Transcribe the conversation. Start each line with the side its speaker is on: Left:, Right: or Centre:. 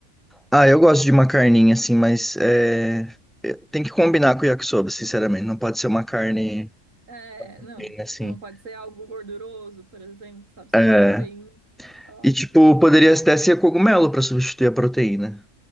Centre: Ah, eu gosto de uma carninha assim, mas é, é, tem que combinar com o yakisoba, sinceramente. Não pode ser uma carne
Right: É, não.
Centre: bem assim.
Right: Não pode ser algo gorduroso, por exemplo, sabe? Senão
Centre: É,
Right: fica bem. ó.
Centre: E, tipo, poderia até ser cogumelo para substituir a proteína.